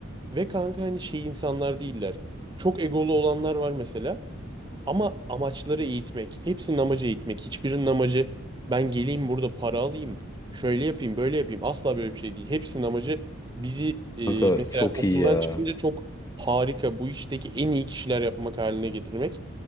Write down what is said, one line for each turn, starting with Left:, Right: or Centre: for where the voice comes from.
Right: Ve kanka hani şey insanlar değiller. Çok egolu olanlar var mesela. Ama amaçları eğitmek. Hepsinin amacı eğitmek. Hiçbirinin amacı ben geleyim burada para alayım. Şöyle yapayım, böyle yapayım. Asla böyle bir şey değil. Hepsinin amacı bizi e,
Left: Kanka
Right: mesela
Left: çok
Right: okuldan
Left: iyi ya.
Right: çıkınca çok harika bu işteki en iyi kişiler yapmak haline getirmek.